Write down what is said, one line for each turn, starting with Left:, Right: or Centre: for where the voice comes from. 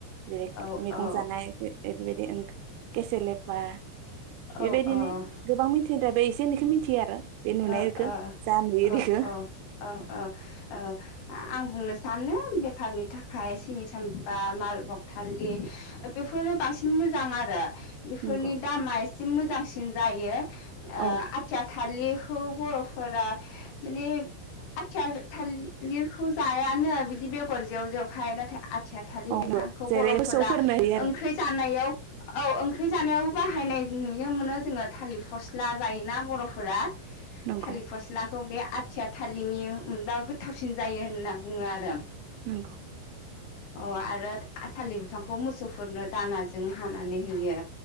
Right: जेरै
Left: औ
Right: मैगं
Left: औ
Right: जानाय एफोर बादि केसे लेपा
Left: औ
Right: बेबायदिनो
Left: औ
Right: गोबां मिथिद्राय बे एसे एनैखौ मिन्थियो आरो बे नुनायखौ
Left: अ अ
Right: जा नुयो
Left: औ
Right: बेखौ
Left: औ औ औ औ आं बुंनो सानो बेफारनि थाखाय सिनि साम्फा माल भगथालिर बेफोरो बांसिन मोजां आरो बेफोरनि
Right: नंगौ
Left: दामा एसे एसे मोजांसिन जायो ओ
Right: औ
Left: आथिया थालिर खौ बर'फोरा माने आथिया थालिरखौ जायानो बिदि बेगर जेव जेवखाय नाथाय आथिया थाालिर
Right: औ
Left: बिफांखौ
Right: नंगौ जेरै
Left: बर'फोरा
Right: मोसौफोरनो होयो आरो
Left: ओंख्रि जानायाव औ ओं ओंख्रि जानायावबो बाहायनाय नुनो मोनो जोङो थालिर फस्ला जायोना बर'फोरा फोरा
Right: नंगौ
Left: थालिर फस्लाखौ बे आथिया थाालिरनि मोनबा गोथावसिन जायो होनना बुङो आरो
Right: नंगौ
Left: अ आरो थालिर बिफांखौ मोसौफोरनो दानाजों हानानै होयो